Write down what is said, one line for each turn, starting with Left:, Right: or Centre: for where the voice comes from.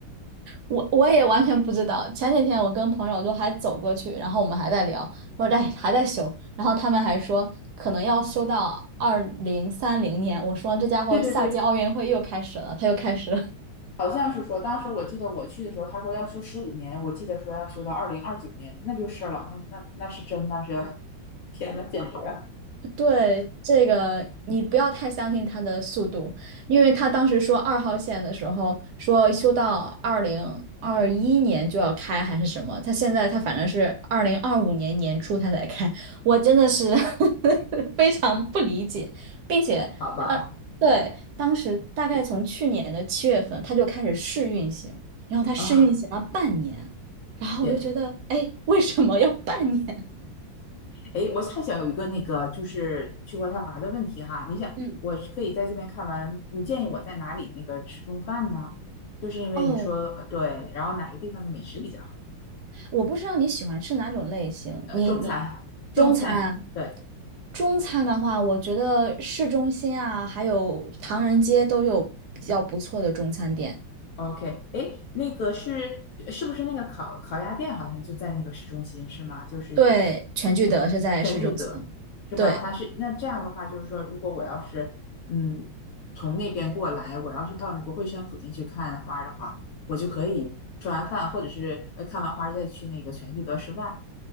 Right: 我我也完全不知道。前几天我跟朋友就还走过去，然后我们还在聊，说哎还在修，然后他们还说可能要修到二零三零年。我说这家伙下届奥运会又开始了，
Left: <laughs> 对对对，
Right: 他又开始了。
Left: 好像是说当时我记得我去的时候，他说要修十五年，我记得说要修到二零二九年，那就是了，那那那是真那是要，天呐，简直啊！
Right: 对，这个你不要太相信他的速度，因为他当时说二号线的时候说修到二零二一年就要开还是什么，他现在他反正是二零二五年年初他才开，我真的是 <laughs> 非常不理解，并且呃，
Left: 好吧，
Right: 对，当时大概从去年的七月份他就开始试运行，然后他试运行了半年，
Left: 啊，
Right: 然后我就觉得，
Left: 也
Right: 哎，为什么要半年？
Left: 哎，我还想有一个那个就是去渥太华的问题哈，你想我是可以在这边看完，
Right: 嗯，
Left: 你建议我在哪里那个吃中饭呢？就是因为你说呃对，
Right: 哦，
Left: 然后哪个地方的美食比较好？
Right: 我不知道你喜欢吃哪种类型，
Left: 呃，
Right: 你你
Left: 中餐，中餐，
Right: 中餐啊，
Left: 对
Right: 中餐的话，我觉得市中心啊，还有唐人街都有比较不错的中餐店。
Left: ，OK，哎，那个是是不是那个烤烤鸭店好像就在那个市中心是吗？就是
Right: 对，全聚德是在市中心。
Left: 全聚德是吧？
Right: 对
Left: 它是那这样的话，就是说，如果我要是嗯从那边过来，我要是到国会山附近去看花儿的话，我就可以吃完饭，或者是呃看完花儿再去那个全聚德吃饭。